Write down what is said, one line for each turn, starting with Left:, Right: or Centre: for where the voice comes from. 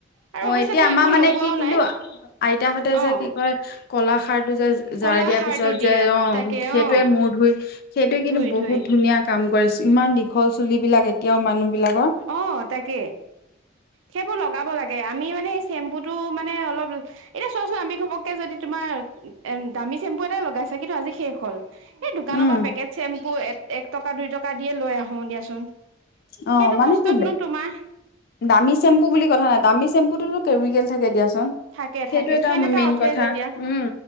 Right: আৰু
Left: অ
Right: অৱশ্যে
Left: এতিয়া
Right: মই
Left: আমাৰ
Right: একো
Left: মানে
Right: লগোৱাও
Left: কি কিন্তু
Right: নাই
Left: আইতাহঁতে
Right: অ
Left: যে কি কয় কলা খাৰটো যে জাৰ
Right: কলা
Left: দিয়াৰ
Right: সাৰটো
Left: পিছত
Right: দিয়ে
Left: যে অ
Right: তাকে
Left: সেইটোৱে
Right: অ
Left: মূৰ ধুই সেইটোৱে কিন্তু
Right: ধুই
Left: বহুত
Right: ধুই
Left: ধুনীয়া কাম কৰিছ ইমান দীঘল চুলিবিলাক এত তিয় মানুহ বিলাকৰ
Right: অ তাকে সেইবোৰ লগাব লাগ এই আমি মানে চ্বেম্পু টো মানে অলপ এতিয়া চোৱাচোন আমি ঘপককে যদি তোমাৰ এম দামী চেম্পু এটা লগাইছা কিন্তু আজি শেষ হয়। এই দোকানৰ
Left: উম
Right: পৰা পেকেট চেম্পু, এক টকা দুই টকা দিয়ে লৈ আহো দিয়াচোন।
Left: অ
Right: সেইটো
Left: মানে
Right: বস্তুতনো
Left: কি?
Right: তোমাৰ
Left: দামী চেম্পু বুলি কথা নাই, দামী চেম্পুটোতো কেমিকেল থাকে দিয়াচোন।
Right: থাকে
Left: সেইটো
Right: থাকে
Left: এটা
Right: ফেন
Left: মেইন
Right: উঠে
Left: কথা
Right: যেতিয়া
Left: উম